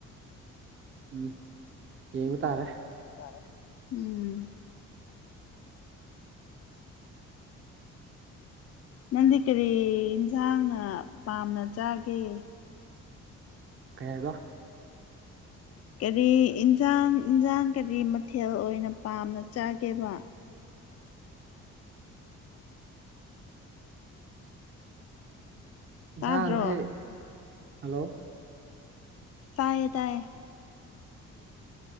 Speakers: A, on the right; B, on the left.
A: ꯎꯝ ꯌꯦꯡꯕ ꯇꯥꯔꯦ
B: ꯇꯥꯔꯦ ꯎꯝ ꯅꯪꯗꯤ ꯀꯔꯤ ꯏꯟꯖꯥꯡꯅ ꯄꯥꯝꯅ ꯆꯥꯒꯦ
A: ꯀꯩ ꯍꯥꯏꯕ
B: ꯀꯔꯤ ꯏꯟꯖꯥꯡ ꯏꯟꯖꯥꯡ ꯀꯔꯤ ꯃꯊꯦꯜ ꯑꯣꯏꯅ ꯄꯥꯝꯅ ꯆꯥꯒꯦꯕ
A: ꯏꯟꯁꯥꯡꯁꯦ
B: ꯇꯥꯗ꯭ꯔꯣ
A: ꯍꯜꯂꯣ
B: ꯇꯥꯏꯌꯦ ꯇꯥꯏꯌꯦ